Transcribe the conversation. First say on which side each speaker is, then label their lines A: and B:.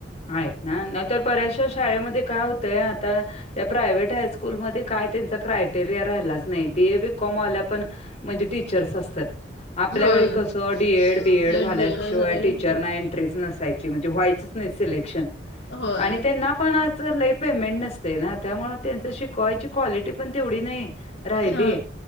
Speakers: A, on the left; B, on the left.
A: आहेत नां नाहीतर बऱ्यांचश्या शाळेमंध्ये कायं होतंय आतां त्यां प्रायव्हेट हांयस्कूलमंध्ये कायं त्यांच्या क्रायटेरिया राहिल्याचं नाहीं बीए बी कांमं वांल्यां पणं म्हणजे टीचर्स असतांत आपल्यां
B: होय
A: वेळी कसं डीएड
B: हेड
A: बीएड झाल्यांशिवायं
B: बिएड झालेलं
A: टीचरनां एंटरेट नसांयची म्हणजे व्हायचं सिलेक्शंन
B: होय.
A: आणि ते नां पणं लंय पेमेंट नसती ते नां त्यामुळें त्यांचं शिकवांयची क्वालिटी पणं तेवढी नाहीं राहिली
B: ह